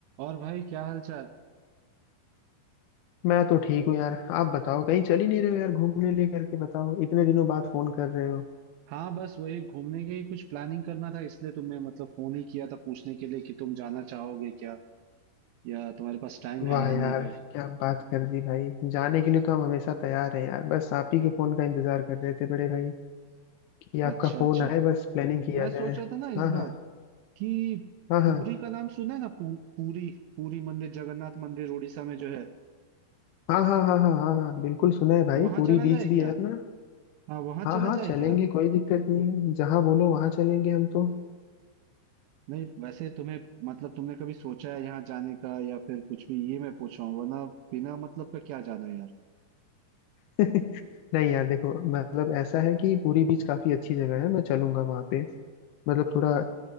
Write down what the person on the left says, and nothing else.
मैं तो ठीक हूँ यार आप बताओ कहीं चल ही नहीं रहे हो यार घूमने ले करके बताओ इतने दिनों बाद फोन कर रहे हो
वाह
यार
क्या बात कर दी भाई जाने के लिए तो हम हमेशा तैयार हैं यार बस आप ही के फोन का इंतजार कर रहे थे बड़े भाई कि
आपका फोन
आए बस प्लानिंग किया
जाए
हाँ
हाँ
हाँ हाँ
हाँ हाँ हाँ हाँ हाँ हाँ बिल्कुल सुना है भाई
पूरी
बीच
भी
है अपना
हाँ
हाँ चलेंगे
कोई दिक्कत नहीं है जहाँ बोलो वहाँ चलेंगे हम तो
<laughs> नहीं यार देखो मतलब ऐसा है कि पूरी बीच काफी अच्छी जगह है मैं चलूंगा वहाँ पे मतलब थोड़ा